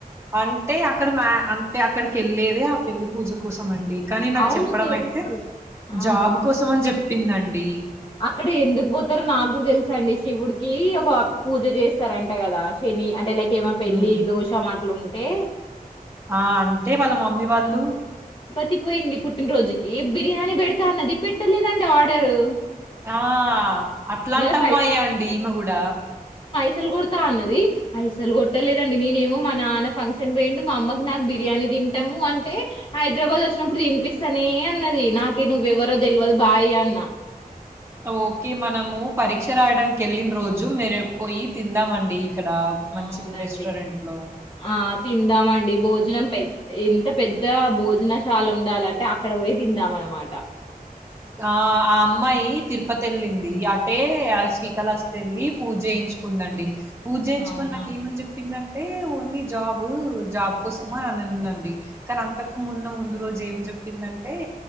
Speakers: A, on the right; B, on the left.
A: అంటే అక్కడ మా అంటే అక్కడికి వెళ్ళేదే ఆ పెళ్లి పూజ కోసం అండి కానీ నాకు
B: అవును
A: చెప్పడం
B: తెలుసు
A: అయితే
B: ఆ
A: జాబ్ కోసం అని చె చెప్పిందండి
B: అక్కడ ఎందుకు పోతారో నా కూడా తెలుసండి శివుడికి ఒక పూజ చేస్ సర్ అంటే కదా శని అంటే లైక్ ప్రేమ పెళ్ళి
A: హ్మ్.
B: దోషం అట్లుంటే
A: ఆ అంటే వాళ్ళ మమ్మీ వాళ్ళు
B: తికిపోయింది పుట్టినరోజుకి బిర్యానీ పెడతా అన్నది పెట్టలేదండి ఆర్డరు
A: ఆ అట్లాంటమ్మాయె
B: మళ్ళా
A: అండి ఈమె గూడా
B: పైసల్ కొడతా అన్నది పైసల్ కొట్ట లేదండి నేనేమో మా నాన్న ఫంక్షన్ పోయిండు మా అమ్మకి నాకు బిర్యానీ తింటాము అంటే హైదరాబాద్ వచ్చినప్పుడు తినిపిస్తానే అన్నది నాకె నువెవరో తెలియదు బాయ్ అన్నా.
A: ఓకే మనము పరీక్ష రాయడానికెళ్ళిన రోజు మెరె పోయి తిందామండి. ఇక్కడ మంచి
B: అవునండి.
A: రెస్టారెంట్ లో
B: ఆ! తిందామండి భోజనం పె ఎంత పెద్ద భోజనశాల ఉండాలంటే అక్కడ పోయి తిందాం అనమాట
A: ఆ ఆ అమ్మాయి తిరుపతేళ్ళింది అటే శ్రీకాళస్తి ఎళ్లి పూజ్జేయించుకుందండి. పూజ్జేయించుకొని
B: అవునా?
A: నాకేమని చెప్పిందంట్ అంటే ఓన్లీ జాబు జాబ్ కోసం అని అనిందండి కనంతకుమున్న ముందు రోజు ఏం చెప్పిందంటే